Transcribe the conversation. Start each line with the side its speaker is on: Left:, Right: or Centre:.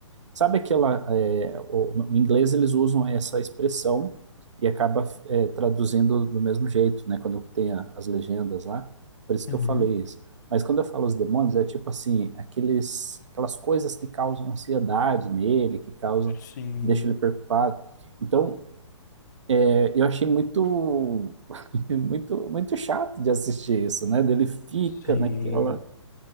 Right: Sabe aquela. é, o- no inglês eles usam essa expressão e acaba é, traduzindo do mesmo jeito, né? Quando tem a- as legendas lá. Por isso
Left: uhum,
Right: que eu falei isso. Mas quando eu falo os demônios, é tipo assim, aqueles, aquelas coisas que causam ansiedade nele, que causam,
Left: sim,
Right: deixam ele preocupado. Então, é, eu achei muito, <laughs> muito, muito chato de assistir isso, né? Dele fica
Left: sim,
Right: naquela,